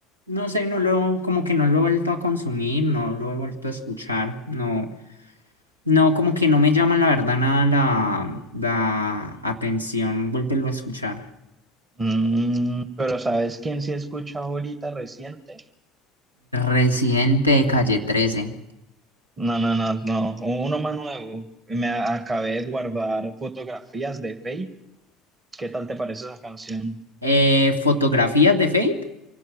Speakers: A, on the right; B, on the right.
A: no sé, no lo, como que no lo he vuelto a consumir, no lo he vuelto a escuchar, no, no, como que no me llama la verdad nada la, la atención volverlo a escuchar.
B: Mm, pero ¿sabes quién sí escucha ahorita reciente?
A: Residente de Calle trece.
B: No, no, no, no. Uno más nuevo. Me a- acabé de guardar fotografías de Faith. ¿Qué tal te parece esa canción?
A: Eh, Fotografías de Fate.